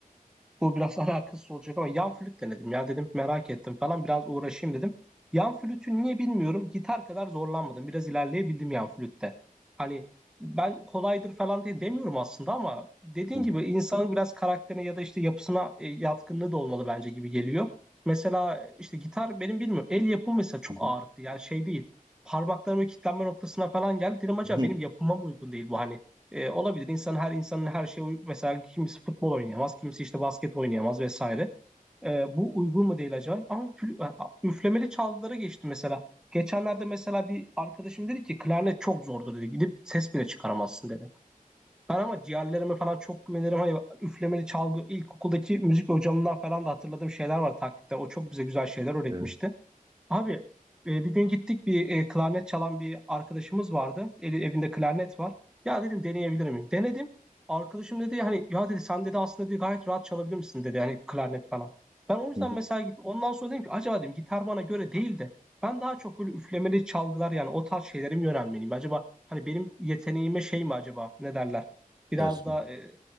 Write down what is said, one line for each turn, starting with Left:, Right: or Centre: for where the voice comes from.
Centre: Bu biraz <laughs> alakasız olacak ama yan flüt denedim ya dedim merak ettim falan biraz uğraşayım dedim. Yan flütün niye bilmiyorum gitar kadar zorlanmadım. Biraz ilerleyebildim yan flütte. Hani ben kolaydır falan diye demiyorum aslında ama dediğin
Right: Hı hı,
Centre: gibi insanın biraz karakterine ya da işte yapısına e, yatkınlığı da olmalı bence gibi geliyor. Mesela e, işte gitar benim bilmiyorum el yapımı mesela çok
Right: hı hı.
Centre: ağrıttı yani şey değil. Parmaklarımın kilitlenme noktasına falan geldi. Dedim acaba
Right: <laughs>
Centre: benim yapıma mı uygun değil bu hani e, olabilir. İnsan her insanın her şeye uygun. Mesela kimisi futbol oynayamaz, kimisi işte basket oynayamaz vesaire. E, bu uygun mu değil acaba? Ama pül- üflemeli çalgılara geçti mesela. Geçenlerde mesela bir arkadaşım dedi ki klarnet çok zordur dedi. Gidip ses bile çıkaramazsın dedi. Ben ama ciğerlerime falan çok güvenirim. Hani üflemeli çalgı ilkokuldaki müzik hocamından falan da hatırladığım şeyler var taktikler. O çok bize güzel şeyler öğretmişti.
Right: Evet.
Centre: Abi e, bir gün gittik bir e, klarnet çalan bir arkadaşımız vardı. Eli- evinde klarnet var. Ya dedim deneyebilir miyim? Denedim. Arkadaşım dedi hani ya dedi sen dedi aslında dedi, gayet rahat çalabilir misin dedi hani klarnet falan. Ben o yüzden
Right: hı hı.
Centre: mesela git ondan sonra dedim ki acaba dedim gitar bana göre değil de ben daha çok böyle üflemeli çalgılar yani o tarz şeylere mi yönelmeliyim? Acaba hani benim yeteneğime şey mi acaba ne derler? Biraz
Right: Ters
Centre: da
Right: mi?
Centre: e,